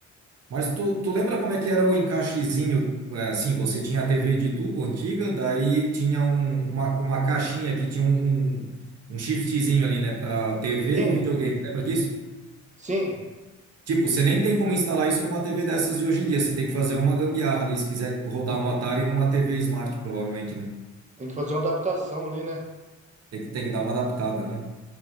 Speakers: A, on the right (about 55°); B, on the right (about 25°).
A: Mas tu, tu lembra como é que era o encaixezinho? É, Assim, você tinha a TV de tubo antiga, daí tinha um- uma, uma caixinha que tinha um, um, um shiftzinho ali, né, para TV
B: Sim,
A: ou videogame. Lembra disso?
B: sim.
A: Tipo, você nem tem como instalar isso numa TV dessas de hoje em dia. Você tem que fazer uma gambiarra ali se quiser rodar
B: Tem,
A: um Atari numa TV Smart, provavelmente, né?
B: tem que fazer uma adaptação ali, né?
A: Tem que, tem que dar uma adaptada, né?